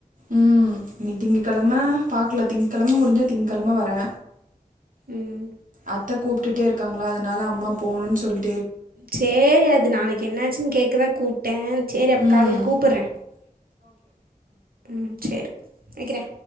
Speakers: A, on the right (about 65°); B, on the right (about 80°).
A: ம் இனி திங்க கெழம பாக்லா திங்கெழம முடிஞ்சா திங்கெழம வரே
B: ம்
A: அத்த கூப் டுட்டே இருக்காங்ளா அதுனால அம்மா போகனுன் சொல்
B: சேரி அது நாளைக்கு என்னாச்சுன் கேக்கதா கூப் ட்டே சேரி அப்
A: ம்
B: காலேல கூப்புர்றே ம் சேர் வெக்கிறே